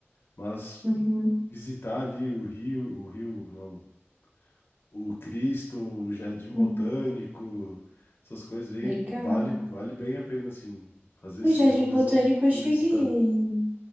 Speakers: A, on the left; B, on the right.
A: Mas
B: uhum,
A: visitar ali o Rio, o Rio, não o Cristo, o Jardim
B: uhum.
A: Botânico, essas coisas aí,
B: Legal.
A: vale, vale bem a pena, assim, fazer
B: O
A: esse
B: Jardim
A: rolezão
B: Botânico eu
A: turistão.
B: cheguei. aí.